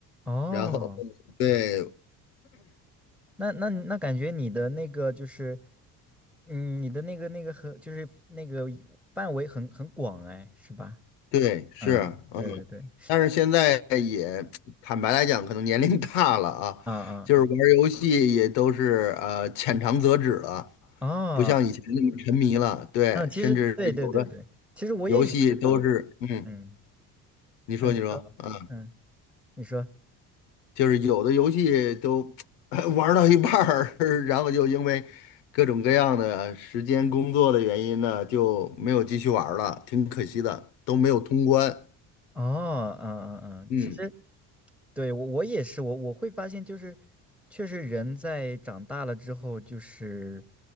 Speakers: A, in the centre; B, on the left.
A: 哦
B: 然后，对
A: 那那那感觉你的那个就是，嗯，你的那个那个很就是那个范围很很广哎，是吧？
B: 对，是，
A: 嗯，
B: 嗯。
A: 对对对，
B: 但是现在也坦白来讲，可能年龄 <laughs> 大了啊，
A: 啊啊啊，
B: 就是玩儿游戏也都是呃浅尝辄止了，
A: 哦，
B: 不像以前那么沉迷了。对，
A: 嗯，其实对对对对，
B: 甚至有的
A: 其实我也有这种，
B: 游戏都是，嗯，
A: 嗯，
B: 你说你说啊，
A: 那你说，嗯，你说。
B: 就是有的游戏都 <laughs> <tsk> 玩儿到一半儿，<laughs> 然后就因为各种各样的时间、工作的原因呢，就没有继续玩儿了，挺可惜的，都没有通关。
A: 哦，嗯嗯嗯，
B: 嗯
A: 其实对我我也是，我我会发现就是，确实人在长大了之后，就是